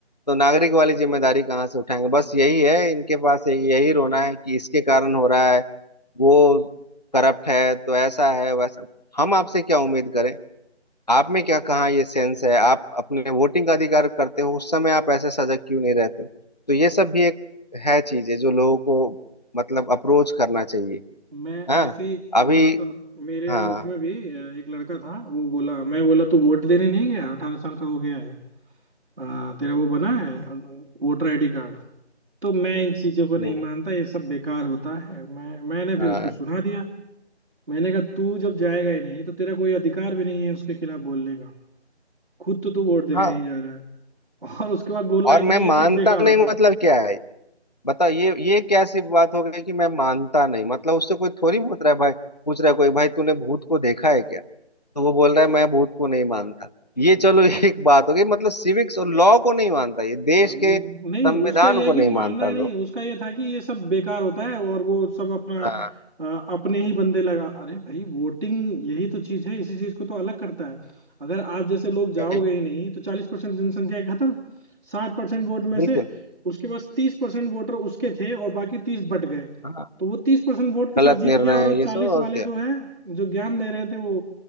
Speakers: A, on the left; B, on the right.
A: तो नागरिक वाली जिम्मेदारी कहाँ से उठाएंगे बस यही है इनके पास एक यही रोना है कि इसके कारण हो रहा है वो करप्ट है तो ऐसा है वैसा हम आपसे क्या उम्मीद करें आप में क्या कहाँ ये सेंस है आप अपने वोटिंग का अधिकार करते हो उस समय आप ऐसे सजग क्यों नहीं रहते हो तो ये सब भी एक है चीज है जो लोगों को मतलब अप्रोच करना चाहिए
B: मैं
A: हाँ
B: ऐसे ही बताता
A: अभी
B: रहा मेरे
A: हाँ
B: उसमें भी अ, एक लड़का था वो बोला मैं बोला तू वोट देने नहीं गया अठारह साल का हो गया है अ, तेरा वो बना है वोटर आईडी कार्ड तो मैं इन चीजों को नहीं
A: हम्म,
B: मानता ये सब बेकार होता है मैं मैंने फिर
A: हाँ
B: उसको सुना दिया मैंने कहा तू जब जाएगा ही नहीं तो तेरा कोई अधिकार भी नहीं है उसके खिलाफ बोलने का खुद तो तू वोट देने
A: हाँ
B: नहीं जा रहा है और उसके बाद बोल रहा
A: और
B: है कि
A: मैं मानता
B: ये सब बेकार
A: नहीं
B: होता
A: मतलब क्या है बताओ ये ये क्या सी बात हो गई कि मैं
B: है
A: मानता नहीं मतलब उससे कोई थोड़ी पूछ रहा है भाई पूछ रहा है कोई भाई तूने भूत को देखा है क्या तो वो बोल रहा है मैं भूत को नहीं मानता ये चलो <laughs> एक बात हो गई मतलब सिविक्स और लॉ को नहीं मानता ये देश
B: हाँ, वो-
A: के
B: नहीं
A: संविधान
B: उसका ये
A: को
B: है कि
A: नहीं
B: मानना
A: मानता
B: है
A: लोग
B: नहीं उसका ये था कि ये सब बेकार होता है और वो सब अपना
A: हाँ
B: अ, अपने ही बंदे लगा अरे भाई वोटिंग यही तो चीज है इसी चीज को तो अलग करता है अगर आप जैसे लोग जाओगे
A: भाई
B: ही नहीं तो चालीस परसेंट जनसंख्या है खत्म साठ परसेंट वोट में
A: बिल्कुल
B: से उसके पास तीस परसेंट वोटर उसके थे और बाकी तीस बट गए
A: हाँ
B: तो वो तीस परसेंट वोट के
A: गलत
B: साथ जीत
A: निर्णय
B: गया और
A: है
B: वो
A: ये
B: चालीस
A: सब
B: वाले
A: और क्या
B: जो है जो ज्ञान दे रहे थे वो